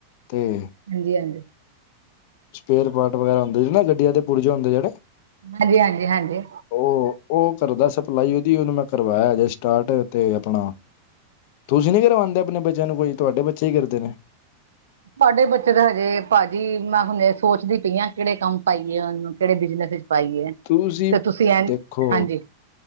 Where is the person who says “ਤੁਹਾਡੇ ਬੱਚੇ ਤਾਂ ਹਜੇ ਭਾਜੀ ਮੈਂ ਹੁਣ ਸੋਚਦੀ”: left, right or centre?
Right